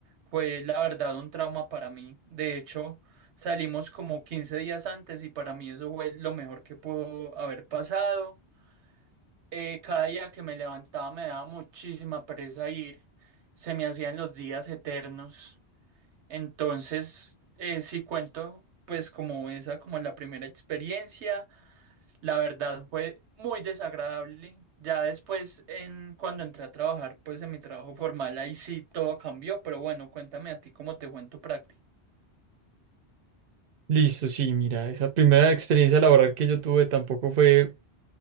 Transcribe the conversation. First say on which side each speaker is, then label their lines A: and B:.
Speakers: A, on the right (about 90°); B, on the right (about 60°).
A: Fue la verdad un trauma para mí. De hecho, salimos como 15 días antes y para mí eso fue lo mejor que pudo haber pasado. Eh, cada día que me levantaba me daba muchísima pereza ir. Se me hacían los días eternos. Entonces, eh, sí cuento, pues como esa, como la primera experiencia, la verdad fue muy desagradable. Ya después, en, cuando entré a trabajar, pues en mi trabajo formal, ahí sí todo cambió, pero bueno, cuéntame a ti cómo te fue en tu práctica.
B: Listo, sí, mira, esa primera experiencia laboral que yo tuve tampoco fue